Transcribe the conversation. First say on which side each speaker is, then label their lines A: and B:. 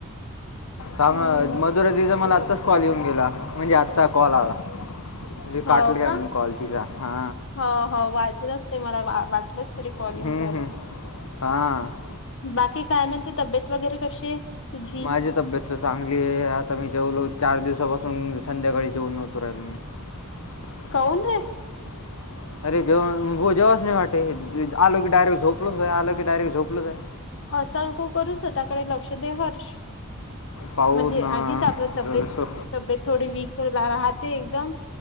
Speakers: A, on the left; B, on the left.
A: का
B: हम्म
A: मधुरा दिचा मला आत्ताच कॉल येऊन गेला म्हणजे आत्ता कॉल आला ते काटलं
B: हो का
A: घमी कॉलतीचा हा
B: हो हो वाजलंच ते मला वाटलंच तरी
A: हम्म,
B: कॉलम रायला
A: हम्म. हां
B: बाकी काय म्हणते तब्येत वगैरे कशी आहे तुझी
A: माझी तब्येत चांगली आहे आता मी जेवलो चार दिवसापासून संध्याकाळी जेऊन नव्हतो राहिल मी ह
B: काऊन रे
A: <inaudible> अरे जेवण जेवाच नाही वाटे आलो की डायरेक्ट झोपलच आहे आल की डायरेक्ट झोपलच आहे
B: असं नको करू स्वतकडे लक्ष दे हर्ष
A: पाहून
B: म्हणजे आधीच आपलं तब्येत
A: जसं
B: तब्येत थोडी वीक राहते एकदम